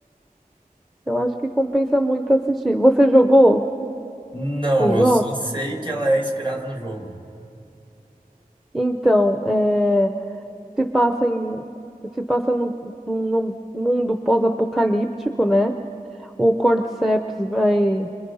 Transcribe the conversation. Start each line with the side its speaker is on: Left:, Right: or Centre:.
Centre: eu acho que compensa muito assistir. Você jogou
Right: Não,
Centre: o jogo?
Right: eu só sei que ela é inspirada no jogo.
Centre: Então, é, se passa em, se passa num num mundo pós-apocalíptico, né? o Cordyceps vai